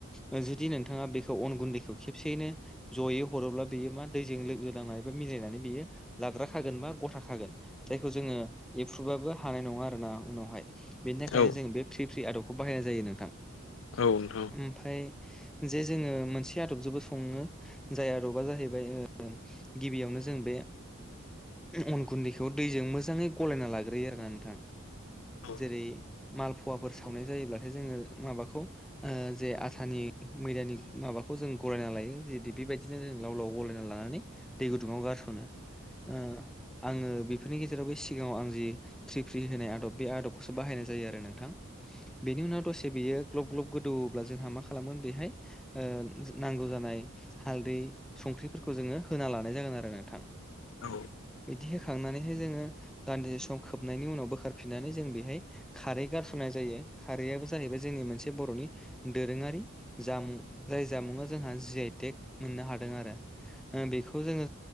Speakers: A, in the centre; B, on the left.
A: ओ जुदि नोंथाङा बेखौ अन गुन्दैखौ खेबसेयैनो जयै हरोब्ला बेयो मा दैजों लोगो लांनानै बा मिलायनानै बेयो लाद्रा खागोन बा गथाखागोन। जायखौ जोङो एपफ्रुबाबो हानाय नङा आरो ना उनावहाय। बेनि थाखायनो
B: औ औ
A: जोंङो बे फ्रि फ्रि आदबखौ बाहायनाय जायो नोंथां
B: औ नोंथां
A: ओमफ्राय जे जोङो मोनसे आदबजोंबो सङो जाय आदबा जाहैबाय ओ गिबियावनो जों बे अन गुन्दैखौ दैजों मोजाङै गलायना लाग्रोयो आरोना नोंथां
B: औ
A: जेरै मालफुवाफोर सावनाय जायोब्लाथाय जोङो माबाखौ ओ जे आथानि मैदानि माबाखौ जों गलायना लायो जेदि बेबायदिनो जों लाव लाव गलायना लानानै दै गुदुङाव गारसनो ओ आङो बेफोरनि गेजेरावबो सिगाङाव आं जि फ्रि फ्रि होनाय आदब बे आदबखौसो बाहायनाय जायो आरो नोंथां बेनि उनाव दसे बेयो ग्लब ग्लब गोदौओब्ला जोंहा मा खालामोन बेहाय ओ नांगौ जानाय हालदै संख्रिफोरखौ जोङो होना लानाय जागोन आरो नोंथां
B: औ
A: बिदि होखांनानैहाय जोङो दान्दिसे सम खोबनायनि उनाव बोखारफिननानै जों बेहाय खारै गारसनाय जायो खारैआबो जाहैबाय जोंनि मोनसे बरनि दोरोङारि जामुं जाय जामुआ जोंहा जि आइटेक मोननो हादों आरो ओ बेखौ जोङो